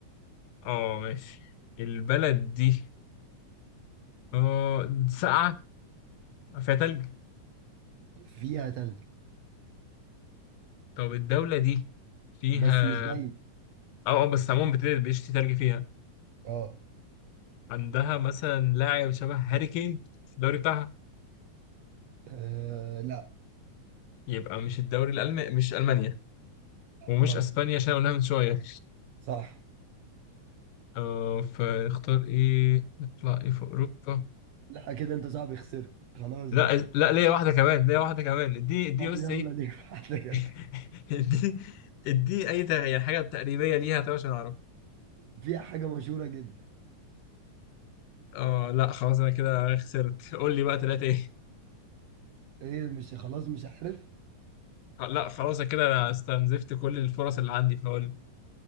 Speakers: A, on the left (about 80°); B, on the right (about 80°).
A: اه ماشي البلد دي اه ساقعة فيها تلج
B: فيها تلج
A: طب الدولة دي فيها
B: بس مش دايما
A: اه اه بس عموما بتل- بيشتي تلج فيها
B: اه
A: عندها مثلا لاعب شبه هاري كين في الدوري بتاعها
B: آه، لا
A: يبقى مش الدوري الألماني مش ألمانيا ومش
B: غلط
A: أسبانيا عشان قلناها من شوية
B: صح
A: اه فاختار ايه نطلع ايه في أوروبا
B: لا كده انت صاحبي خسرت خلاص
A: لا
B: بقى
A: لا ليا واحدة كمان ليا واحدة كمان اديني اديني
B: طب
A: بس
B: يلا
A: ايه
B: ليه واحدة كمان
A: <laughs> اديني اديني أي تغ- يعني حاجة تقريبية ليها طيب عشان أعرف
B: <laughs> فيها حاجة مشهورة جدا
A: اه لا خلاص أنا كده خسرت قول لي بقى تلاتة ايه
B: ايه مش خلاص مش عارف
A: آه، لا خلاص كده انا استنزفت كل الفرص اللي عندي فقول